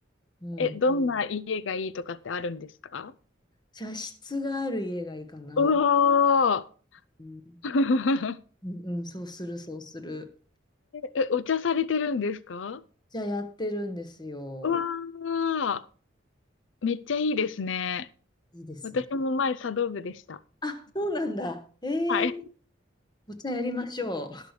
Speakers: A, on the left; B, on the left.
A: うん
B: え、どんん。な家がいいとかってあるんですか
A: 茶室がある家がいいかな。
B: うわ
A: うん、
B: ー <laughs>
A: うんそうする、そうする。
B: ええお茶されてるんですか
A: じゃあやってるんですよ。
B: うわーめっちゃいいですね。
A: いいですね。
B: 私も前茶道部でした。
A: あ、そうなんだ。えー、
B: はい。
A: お茶やりましょ